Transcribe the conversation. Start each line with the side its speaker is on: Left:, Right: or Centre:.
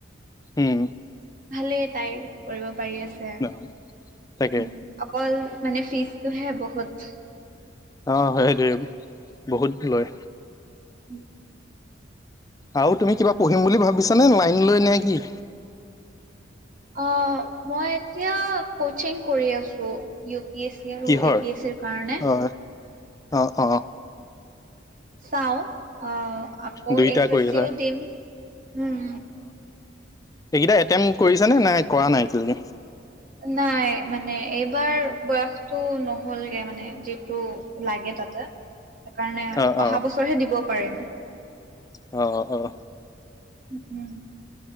Left: উম
Right: ভালেই তাইৰ কৰিব পাৰি আছে
Left: অ তাকে
Right: উ অকল মানে ফিজটোহে বহুত।
Left: অঁ হয় হেইটোয়ে বহুত লয়
Right: উম
Left: আৰু তুমি কিবা পঢ়িম বুলি ভাবিছা নে লাইন লৈ নে কি?
Right: অ মই এতিয়া কচিং কৰি আছো ইউ পি এছ চি আৰু
Left: কিহৰ
Right: এ পি এছ চিৰ কাৰণে
Left: অ অ অ
Right: চাও অ আকৌ
Left: দুইটা
Right: এছ
Left: কৰি
Right: এছ চিও
Left: আছা
Right: দিম উম
Left: সেইকেইটা এটেমট কৰিছা নে নাই কৰা নাই এতিয়ালৈকে
Right: নাই মানে এইবাৰ বয়সটো নহলগে মানে যিটো লাগে তাতে সেইকাৰণে
Left: অ অ
Right: অহা বছৰহে দিব পাৰিম।
Left: অ অ
Right: উ